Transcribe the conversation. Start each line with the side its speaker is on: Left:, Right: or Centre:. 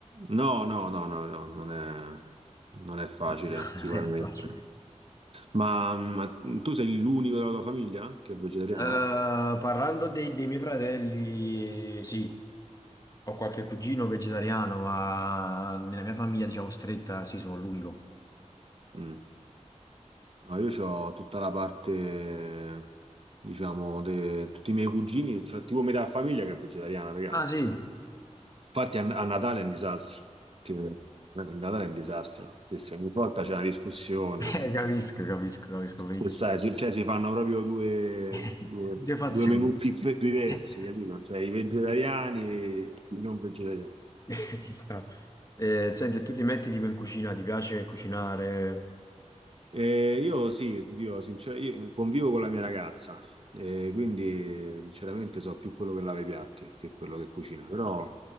Right: No, no, no, no, no, non è, non è facile,
Left: Non
Right: sicuramente.
Left: è facile.
Right: Ma, ma tu sei l'unico della tua famiglia che è vegetariano?
Left: Eh, parlando dei, dei miei fratelli, sì. Ho qualche cugino vegetariano, ma nella mia famiglia, diciamo, stretta, sì, sono l'unico.
Right: Mm. No, io ho tutta la parte, diciamo, de- tutti i miei cugini, cioè tipo metà famiglia che è vegetariana, raga.
Left: Ah, sì, <laughs>
Right: Infatti a, a Natale è un disastro, che, eh, il Natale è un disastro, sì, sì, ogni volta c'è una discussione.
Left: Eh, capisco, capisco, capisco benissimo.
Right: Questa è, cioè, si fanno proprio due,
Left: <laughs>
Right: due,
Left: Due fazioni.
Right: due menù dif- diversi,
Left: <laughs>
Right: capito? Cioè i vegetariani e i non vegetariani.
Left: Ci sta. Eh, senti, tu ti metti tipo in cucina, ti piace cucinare?
Right: Eh, io sì, Dio, sinceramente, io convivo con la mia ragazza, eh, quindi eh, sinceramente so più quello che lava i piatti che quello che cucina, però,